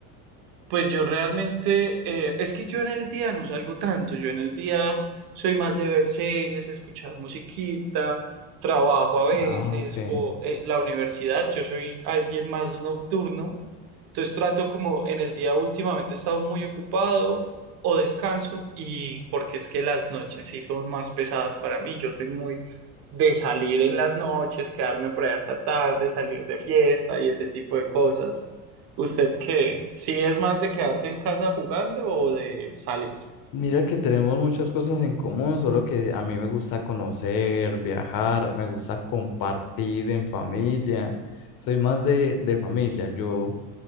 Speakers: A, on the right; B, on the left.
A: pues yo realmente, eh, es que yo en el día no salgo tanto, yo en el día soy más de ver series, escuchar musiquita, trabajo a veces,
B: Ah, ok.
A: o eh, la universidad, yo soy alguien más nocturno. Entonces trato como en el día últimamente he estado muy ocupado o descanso y porque es que las noches sí son más pesadas para mí. Yo soy muy de salir en las noches, quedarme por ahí hasta tarde, salir de fiesta y ese tipo de cosas. ¿Usted qué? ¿Sí es más de quedarse en casa jugando o de salir?
B: Mira que tenemos muchas cosas en común, solo que a mí me gusta conocer, viajar, me gusta compartir en familia. Soy más de, de familia. Yo